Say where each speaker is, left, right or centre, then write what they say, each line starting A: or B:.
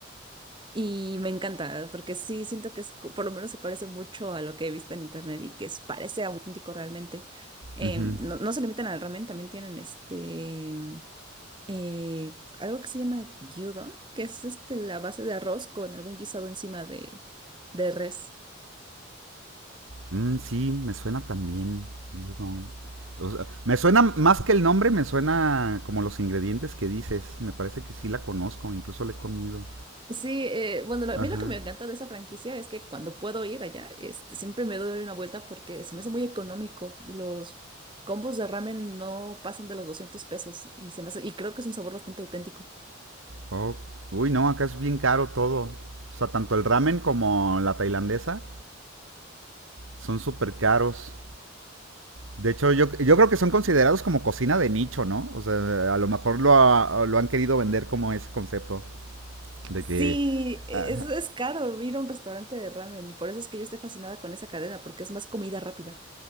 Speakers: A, on the right (about 25°); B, on the right (about 75°).
A: Y me encanta, porque sí siento que es, co- por lo menos se parece mucho a lo que he visto en internet y que es- parece auténtico realmente. Eh,
B: ujú.
A: no, no se limitan al ramen, también tienen este em, eh, algo que se llama gyudon, que es este, la base de arroz con algún guisado encima de, de res.
B: Mm, sí, me suena también, Gyudon. O sea, me suena más que el nombre, me suena como los ingredientes que dices. Me parece que sí la conozco, incluso la he comido.
A: Sí, eh, bueno, lo-
B: Ajá.
A: a mí lo que me encanta de esa franquicia es que cuando puedo ir allá, este, siempre me doy una vuelta porque se me hace muy económico. Los combos de ramen no pasan de los 200 pesos y se me hace- y creo que es un sabor bastante auténtico.
B: Oh, uy, no, acá es bien caro todo. O sea, tanto el ramen como la tailandesa son súper caros. De hecho, yo, yo creo que son considerados como cocina de nicho, ¿no? O sea, a lo mejor lo, ha- lo han querido vender como ese concepto de
A: Sí,
B: que
A: e,
B: ah,
A: es, es caro ir a un restaurante de ramen y por eso es que yo estoy fascinada con esa cadena porque es más comida rápida.